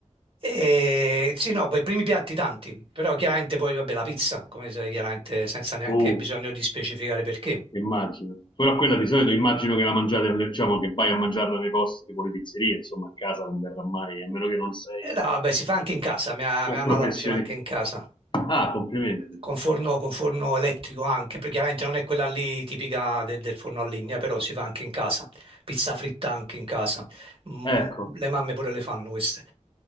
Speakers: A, on the right; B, on the left.
A: e- sì, no, poi i primi piatti tanti, però chiaramente poi, vabbè, la pizza, come sai, chiaramente senza neanche
B: Oh,
A: bisogno di specificare perché.
B: Immagino. Però quella di solito immagino che la mangiate, alle- diciamo che vai a mangiarla nei posti tipo le pizzerie, insomma a casa non verrà mai, a meno che non sei
A: Eh no, vabbè, si fa anche in casa, mia, mia
B: un professionista.
A: mamma la faceva anche in casa,
B: Ah, complimenti.
A: con forno, con forno elettrico anche, perché chiaramente non è quella lì tipica del, del forno a legna, però si fa anche in casa, pizza fritta anche in casa, Mm,
B: Ecco,
A: le mamme pure le fanno queste,